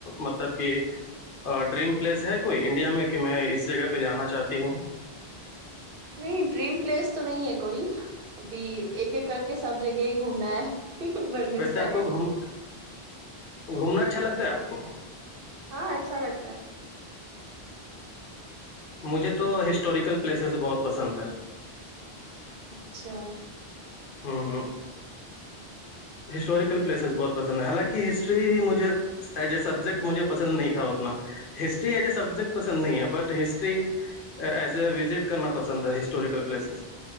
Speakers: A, on the left (about 60°); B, on the right (about 60°).
A: مطلب کہ ڈریم پلیس ہے کوئی انڈیا میں کہ میں اس جگہ پہ جانا چاہتی ہوں
B: نہیں ڈریم پلیس تو نہیں ہے کوئی ابھی ایک ایک کر کے سب جگہ ہی گھومنا ہے بڈس
A: ویسے
B: پال
A: آپ کو گھوم گھومنا اچھا لگتا ہے آپ کو
B: ہاں اچھا لگتا ہے
A: مجھے تو ہسٹوریکل پلیسز بہت پسند ہے
B: اچھا
A: ہوں ہوں ہسٹوریکل پلیسز بہت پسند ہیں حالانکہ ہسٹری مجھے ایز اے سبجیکٹ مجھے پسند نہیں تھا اتنا ہسٹری ایز اے سبجیکٹ پسند نہیں ہے but history as a visit کرنا پسند ہے ہسٹوریکل پلیسز